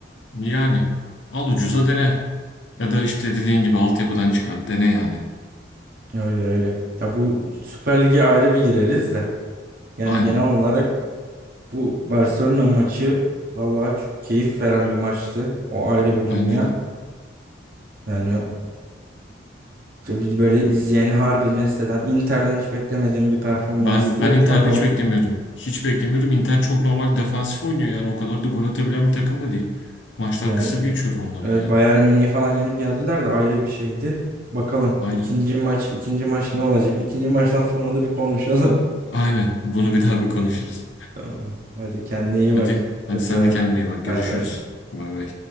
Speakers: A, on the left; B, on the right.
A: Yani al ucuza dene. Ya da işte dediğin gibi altyapıdan çıkart. Dene yani.
B: Öyle öyle. Ya bu Süper Lig'e ayrı bir gireriz de. Yani
A: Aynen.
B: genel olarak Bu Barcelona maçı vallahi çok keyif veren bir maçtı. O ayrı bir
A: Bence
B: dünya.
A: de.
B: Yani böyle izleyeni harbi mest eden Inter'den hiç beklemediğim bir performanstı.
A: Ben ben Inter'de
B: Bakalım
A: hiç beklemiyordum. Hiç beklemiyordum. Inter çok normal defansif oynuyor yani. O kadar da gol atabilen bir takım da değil. Maçlar
B: yani
A: kısır geçiyordu onların
B: evet
A: yani.
B: Bayern Münih'i falan yenip geldiler de ayrı bir şeydi. Bakalım
A: Aynen.
B: ikinci maç ikinci maç ne olacak? İkinci maçtan sonra da bir konuşalım.
A: Aynen. Bunu bir daha bir konuşuruz.
B: <laughs> Tamam. Hadi kendine iyi
A: Hadi.
B: bak.
A: Hadi
B: Öpüyorum.
A: sen de kendine iyi bak. Görüşürüz.
B: Bay bay.
A: Bay bay.